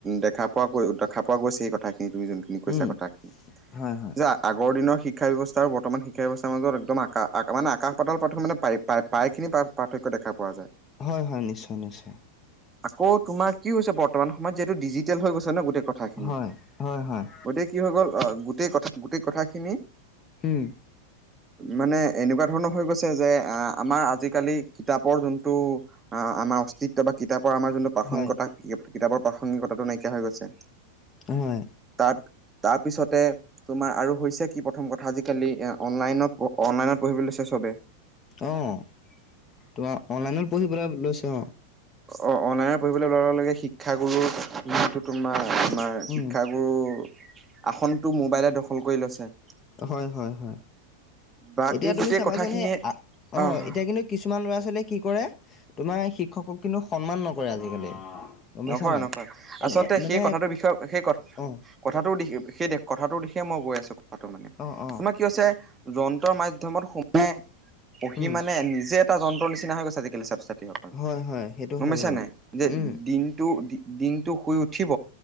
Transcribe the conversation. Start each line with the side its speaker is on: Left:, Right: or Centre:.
Right: দেখা পোৱা গৈ দেখা পোৱা গৈছে সেই কথাখিনি তুমি যোনখিনি কৈছা
Left: উম
Right: কথাখিনি
Left: হয় হয়
Right: যে আগৰ দিনৰ শিক্ষা ব্যৱস্থা আৰু ব্তমান শিক্ষা ব্যৱস্থাৰ মাজত একম আকা মানে আকাশ পাত মানে প্ৰায় প্ৰায়খিনি পাৰ্থক্য দেখা পোৱা যায়
Left: হয় হয় নিশ্চয় নিশ্চয়।
Right: আকৌ তোমাৰ কি হৈছে বৰ্তমান সময়ত যিহেতু ডিজিটেল হৈ গৈছে ন গোটেই কথাখিনি
Left: হয় হয় হয়
Right: গতিকে কি হৈ গ'ল আহ গোটেই কথা গোটেই কথাখিনি
Left: হম,
Right: মানে এনেকুৱা ধৰণৰ হৈ গৈছে যে আমাৰ আজিকালি কিতাপৰ যোনটো আমাৰ অস্তিত্ব বা কিতাপ পৰা আমাৰ যোনটো প্ৰাসংগতা
Left: হয়
Right: কিতাপৰ প্ৰাসংগিকতাটো নাই হৈ গছে
Left: হয়
Right: তাত তাৰ পিছতে তোমাৰ আৰু হৈছে কি প্ৰথম কথা আজিকালি এ অনলাইনত অনলাইনত পঢ়িবলৈ চব
Left: আহ তোমাৰ অনলাইনত পঢ়িবলৈ লৈছে অ
Right: অ অনলাইনৰ পঢ়িবলৈ লগে লগে শিক্ষাগুৰু যিটো তোমাৰ আমাৰ
Left: উম
Right: শিক্ষাগুৰু আসনটো মোবাইলে দখল কৰি লৈছে
Left: হয়, হয়, হয়,
Right: বা
Left: এতিয়া
Right: এই
Left: তুমি
Right: গোটেই
Left: চাবাচোন
Right: কথাখিনিয়ে
Left: সেই অ,
Right: আহ
Left: এতিয়া কিন্তু কিছুমান ল'ৰা ছোৱালীয়ে কি কৰে তোমাৰ শিক্ষকক কিন্তু সন্মান নকৰে আজিকালি গম পাইছা
Right: নকয়
Left: নাই
Right: নকোৱা
Left: এনে
Right: আচলতে
Left: মানে
Right: সেই কথাটোৰ বিষয়ে সেই কথা
Left: অঁ
Right: কথাটো দি সেই কথাটো দিশে মই গৈ আছো মানে
Left: অঁ অঁ
Right: তোমাৰ কি হৈছে যন্ত্ৰৰ মাধ্মত সোমাই পঢি
Left: উম
Right: মানে নিজে এটা যন্ত্ৰ নিচিনা হৈ গৈছে আজিকালি ছাএ
Left: হয় হয় সেইটো
Right: গমাইছা
Left: হয় বাৰু
Right: নাই যে
Left: উম
Right: দিন দিনটো শুই উঠিব